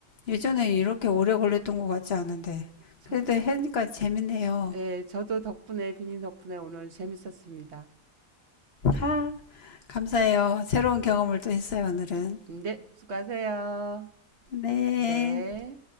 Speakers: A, on the left; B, on the right.
A: 예전에 이렇게 오래 걸렸던 것 같지 않은데.
B: 저,
A: 그래도 하니까 재밌네요.
B: 네, 저도 덕분에, 비님 덕분에 오늘 재밌었습니다.
A: 하, 감사해요. 새로운
B: 아,
A: 경험을 또 했어요, 오늘은.
B: 네, 수고하세요.
A: 네.
B: 네.